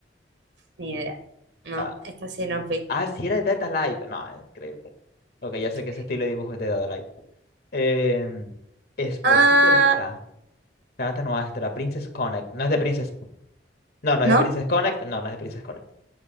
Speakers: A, on the right (about 90°); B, on the left (about 60°).
A: ni idea. No,
B: Ah,
A: esta sí no fui.
B: ah, sí era de Data Life. No, increíble. Ok, ya
A: Increíble.
B: sé que ese estilo de dibujo es de Data Life Eh, Esposito
A: Ah,
B: Lica, Kanata Nuestra, Princess Connect. No es de Princess. No, no
A: no.
B: es de Princess Connect. No, no es de Princess Connect.